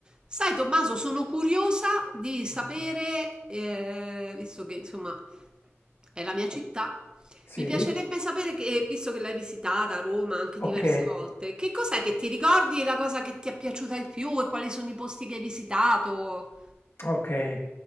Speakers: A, on the right (about 20°); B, on the left (about 55°).
A: Sai, Tommaso, sono curiosa di sapere, eh, visto che insomma è la mia città,
B: Sì,
A: mi piacerebbe sapere che, eh, visto che l'hai visitata a Roma anche
B: ok,
A: diverse volte, che cos'è che ti ricordi e la cosa che ti è piaciuta di più e quali sono i posti che hai visitato?
B: ok.